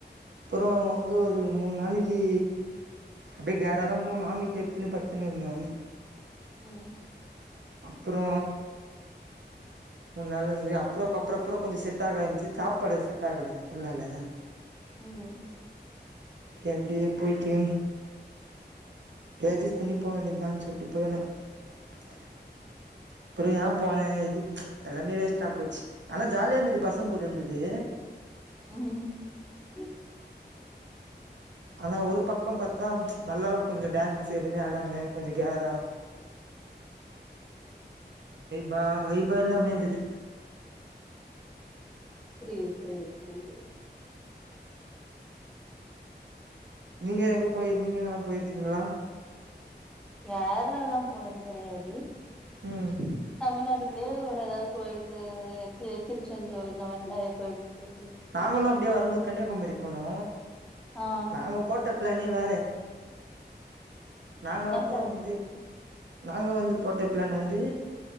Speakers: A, on the right (about 85°); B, in the centre.
A: அப்புறோ வந்து ஒரு மூணு நாளைக்கு அப்படியே கேறாதான் போன வாமிட்டு எடுத்துன்னு பத்துன்னுருந்த.
B: உம்.
A: அப்புறோ மூணு நாளு இருந்து அப்புறோக் அப்புறோ அப்புறோ கொஞ்சம் செட் ஆக ஆரம்பிச்சுருச்சு சாப்பாடு செட் ஆகல நல்லால்ல.
B: உம்.
A: ம்ச் எப்படியே போயிட்டு ஆட்ஜகஸ் பண்ணி போ வேண்டியதுதான்னு சொல்லிட்டு போன. உம். அப்புறோ ஏன் போனேன் இது ம்ச் எல்லாமே வேஸ்ட்டா போச்சு. ஆனா ஜாலியா இருந்தது பசங்க கூட இருந்தது.
B: உஹம். உஹம்.
A: ஆனா ஒரு பக்கம் பாத்தா நல்லா கொஞ்ச டான்ஸ் எதுவுமே ஆடலே கொஞ்ச கேரா வைபா வைபா எல்லாமே இருந்தது
B: புரியுது புரியுது புரியுது
A: நீங்க எங்க போய் நீங்க எங்கனா போயிருக்கீங்களா
B: கேரளால்லா போனது கெடையாது
A: ம்
B: தமிழ்நாடு குள்ளயே ஒரு எதாவது கோயிலுக்கு இது திருச்செந்தூர் இந்த மாரி நெறைய கோயிலுக்கு போயிட்டு
A: நாங்களு அப்டியே வரும்போது கன்னியாகுமரி போனோ
B: ஆ
A: நாங்க போட்ட பிளானே வேற நாங்க
B: என்ன
A: அப்புறோ
B: பிளான்
A: வந்து
B: போட்டாப்டி
A: நாங்க வந்து போட்ட பிளான் வந்து